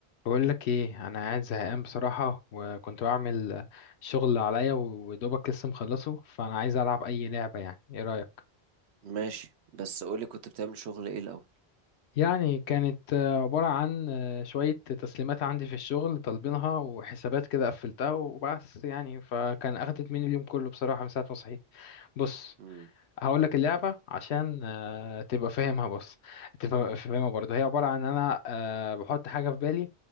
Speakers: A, on the left; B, on the right.
A: بقول لك ايه انا قاعد زهقان بصراحه وكنت بعمل شغل عليا ودوبك لسه مخلصه فانا عايز العب اي لعبه يعني ايه رايك
B: ماشي بس قولي كنت بتعمل شغل ايه الاول
A: يعني كانت آه، عباره عن آه، شويه تسليمات عندي في الشغل طالبينها وحسابات كده قفلتها وبس يعني فكان اخدت مني اليوم كله بصراحه من ساعه ما صحيت بص
B: امم
A: هقول لك اللعبة عشان آه، تبقى فاهمها بص تبقى فاهمها برضه هي عبارة عن أنا آه، بحط حاجة في بالي